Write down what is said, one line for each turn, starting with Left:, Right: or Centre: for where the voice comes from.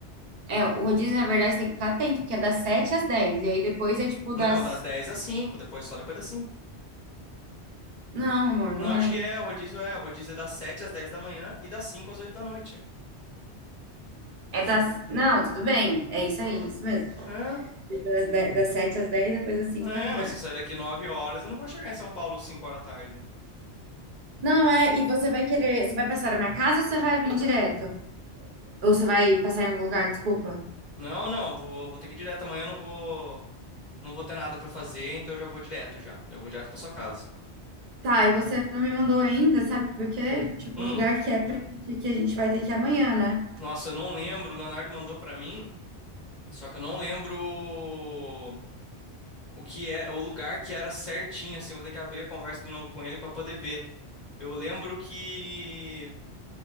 Right: É, o rodízio, na verdade, você tem que ficar atento, porque é das sete às dez. E aí depois é tipo
Left: Não,
Right: das.
Left: das 10 às 5. depois só depois das 5.
Right: Não, amor, não
Left: Não,
Right: é.
Left: acho que é, o rodízio é. O rodízio é das 7 às 10 da manhã e das 5 às oito da noite.
Right: É das. Não, tudo bem. É isso aí, isso mesmo.
Left: É,
Right: Tipo, Das, dez- das sete às dez, depois das cinco
Left: é,
Right: às dez.
Left: mas se eu sair daqui 9 horas, eu não vou chegar em São Paulo cinco horas da tarde. né?
Right: Não, é. E você vai querer. Você vai passar na minha casa ou você vai vir direto? Ou você vai passar em algum lugar, desculpa.
Left: Não, não, vou, vou ter que ir direto amanhã, eu não vou, não vou ter nada pra fazer, então eu já vou direto já. Já vou direto pra sua casa.
Right: Tá, e você não me mandou ainda, sabe? Porque, tipo,
Left: Hum,
Right: o lugar que é pra gente, que a gente vai ter que ir amanhã, né?
Left: nossa, eu não lembro, o Leonardo mandou pra mim, só que eu não lembro o que é, o lugar que era certinho, assim, eu vou ter que abrir a conversa de novo com ele pra poder ver. Eu lembro que